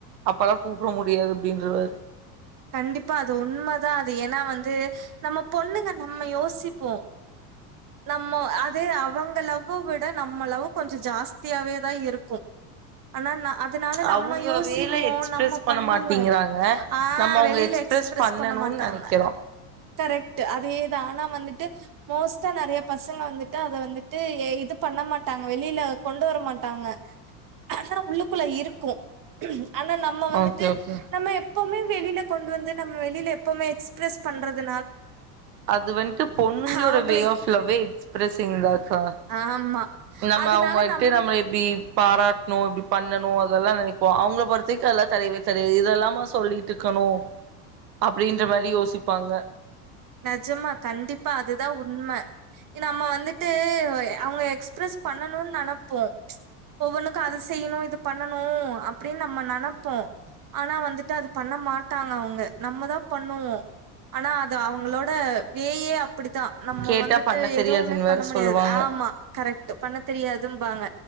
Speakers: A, on the right (about 85°); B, on the right (about 40°).
A: அப்பல்லா கூப்பட முடியாது அப்டின்ட்ருவாரு
B: கண்டிப்பா அது உண்மதா அது ஏனா வந்து நம்ம பொண்ணுங்க நம்ம யோசிப்போ நம்ம அதே அவங்க லவ்வ விட நம்ம லவ் கொஞ்ச ஜாஸ்தியாவே தா இருக்கு ஆனா நா அதனால நம்ம
A: அவங்க
B: யோசிப்போ
A: வேல எக்ஸ்பிரஸ்
B: நம்ம
A: பண்ண
B: பண்ணுவோ
A: மாட்டேங்கிறாங்க
B: ஆ
A: நம்ம அவங்க
B: வெளில எக்ஸ்பிரஸ்
A: பண்ணணும்னு
B: பண்ண மாட்டாங்க
A: நெனைக்கிறோ
B: கரெக்ட் அதேதா ஆனா வந்துட்டு மோஸ்டா நறையா பசங்க வந்துட்டு அத வந்துட்டு ஏ இது பண்ண பண்ண மாட்டாங்க வெளில கொண்டு வர மாட்டாங்க ஆனா உள்ளுக்குள்ள இருக்கு ஆனா நம்ம வந்துட்டு
A: ஓகே ஓகே
B: நம்ம எப்பமே வெளில கொண்டு வந்து நம்ம வெளில எப்பமே எக்ஸ்பிரஸ் பண்றது
A: அது வன்ட்டு பொண்ணுங்களோட
B: அவங்களே
A: வே ஆப் லவ்வே எக்ஸ்பிரஸிங் தா கா
B: ஆமா
A: நம்ம
B: அதனால
A: அவுங்க எத்து
B: நம்
A: நம்ம எப்டி பாராட்ணு இப்டி பண்ணணு அதெல்லா நெனைப்போ அவங்கல பொறுத்த வைக்கு அதெல்லா தரியவே தெரியாது இதெல்லாமா சொல்லிட்டு ட்டுக்கணு அப்டின்ற மாரி யோசிப்பாங்க
B: நெஜமா கண்டிப்பா அதுதா உண்ம நம்ம வந்துட்டு அவங்க எக்ஸ்பிரஸ் பண்ணணுன் நெனப்போ ஒவ்வொன்னுக்கு அது செய்யணு இது பண்ணணு அப்டின் நம்ம நெனப்போ ஆனா வந்துட்டு அது பண்ண மாட்டாங்க அவங்க நம்மதா பண்ணுவோ ஆனா அது அவங்களோட வேயே அப்டித்தா நம்ம
A: கேட்டா
B: வந்துட்டு
A: பண்ண
B: எதுமே
A: தெரியாதுன்னு
B: பண்ண
A: வேற
B: முடியாது
A: சொல்லுவாங்க
B: ஆமா கரெக்ட் பண்ண தெரியாதும்பாங்க